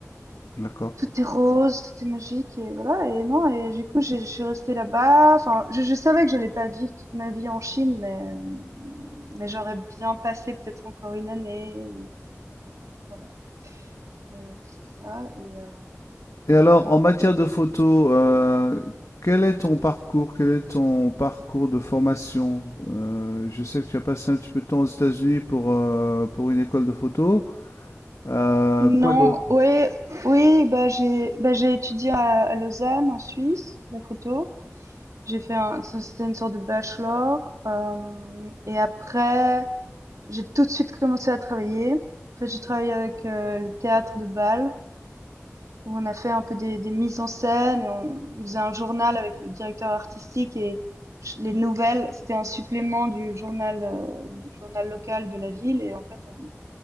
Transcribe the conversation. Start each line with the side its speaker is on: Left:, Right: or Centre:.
Left: d'accord.
Right: tout est rose, tout est magique et voilà et non et du coup j'ai- je suis restée là-bas. Enfin, je, je savais que j'allais pas vivre toute ma vie en Chine, mais euh, mais j'aurais bien passé peut-être encore une année ou peut-être. euh, enfin, voilà. Mais c'est ça et euh,
Left: Et alors, en matière de photo, heu, quel est ton parcours? Quel est ton parcours de formation? Heu, je sais que tu as passé un petit peu de temps aux États-Unis pour, heu, pour une école de photo. Heu,
Right: non,
Left: quoi d'autre?
Right: Oui. oui, bah j'ai bah j'ai étudié à, à Lausanne en Suisse la photo. J'ai fait un, c'était une sorte de bachelor euh, et après. J'ai tout de suite commencé à travailler. En fait, j'ai travaillé avec euh, le théâtre de Bâle, où on a fait un peu des, des mises en scène et on, on faisait un journal avec le directeur artistique et ch- les nouvelles, c'était un supplément du journal, euh, du journal local de la ville. Et en fait, on-